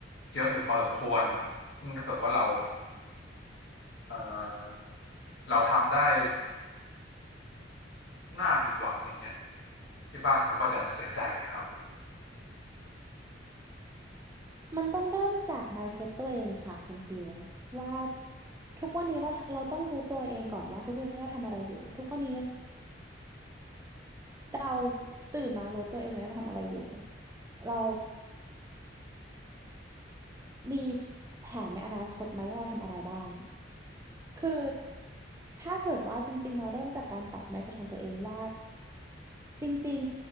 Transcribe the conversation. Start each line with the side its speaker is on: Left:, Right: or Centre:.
Left: เยอะอยู่พอสมควรซึ่งถ้าเกิดว่าเราเออเราทำได้น่าผิดหวังอย่างเงี้ยที่บ้านเขาก็จะเสียใจครับผม
Right: มันต้องเริ่มจาก mindset ตัวเองค่ะคุณฟิลว่าทุกวันนี้เราเราต้องรู้ตัวเองก่อนว่าทุกวันนี้เราทำอะไรอยู่ทุกวันนี้เราตื่นมารู้ตัวเองไหมว่าเราทำอะไรอยู่เรามีแผนในอนาคตไหมว่าเราทำอะไรบ้างคือถ้าเกิดว่าจริงๆเราเริ่มจากการปรับ mindset ของตัวเองว่าจริง